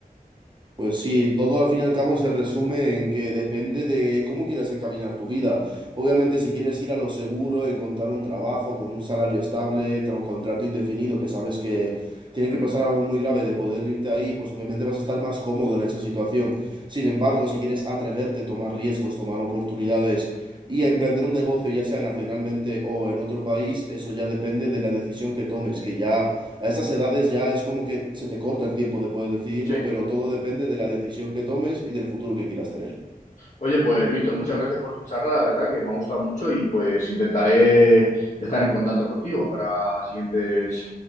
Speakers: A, on the right; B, on the left.
A: Pues sí, todo al fin y al cabo se resume en que depende de cómo quieres encaminar tu vida. Obviamente, si quieres ir a lo seguro, encontrar un trabajo con un salario estable, tra- un contrato indefinido, que sabes que tiene
B: Mm,
A: que pasar algo muy grave de poder irte ahí, pues obviamente vas a estar más cómodo en esa situación. Sin embargo, si quieres atreverte, tomar riesgos, tomar oportunidades y a emprender un negocio, ya sea nacionalmente o en otro país, eso ya depende de la decisión que tomes, que ya a estas edades ya es como que se te corta el tiempo de poder decidirlo,
B: sí.
A: pero todo depende de la decisión que tomes y del futuro que quieras tener.
B: Oye, pues Víctor, muchas gracias por tu charla, la verdad que me ha gustado mucho y pues intentaré estar en contacto contigo para siguientes